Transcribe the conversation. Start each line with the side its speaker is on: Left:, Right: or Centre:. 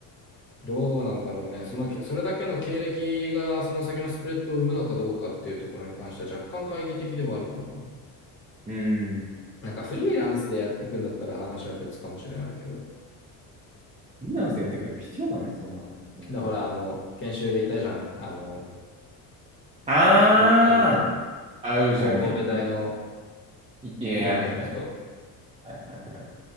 Left: どうなんだろうね。その、それだけの経歴がその先のスプレッドを生むのかどうかっていうところに関しては若干懐疑的ではあるかな。
Right: うん。
Left: なんかフリーランスでやっていくんだったら話は別かもしれないけど。
Right: フリーランスやってくても必要かね、そんなの。うん。
Left: だ、ほら、あの、研修でいたじゃん。あの、
Right: あー
Left: ぼ、あの、
Right: あ、うーじゃね。
Left: こ神戸大の
Right: うん。いいや、
Left: 院の人。
Right: あの人ね。はいはいはい。